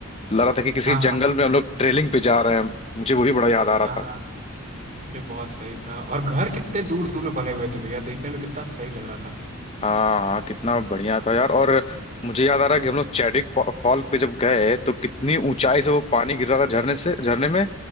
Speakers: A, on the left; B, on the right.
A: लग रहा था कि किसी
B: हाँ हाँ
A: जंगल में हम लोग ट्रेलिंग पे जा रहे हैं मुझे वो भी बड़ा याद आ रहा
B: हाँ
A: था
B: हाँ अरे बहुत सही था और घर कितने दूर दूर में बने हुए थे भैया देखने में कितना सही लग रहा था
A: हाँ हाँ कितना बढ़िया था यार और मुझे याद आ रहा है कि हम लोग चैडिक फॉ- फॉल पे जब गए तो कितनी ऊंचाई से वो पानी गिर रहा था झरने से झरने में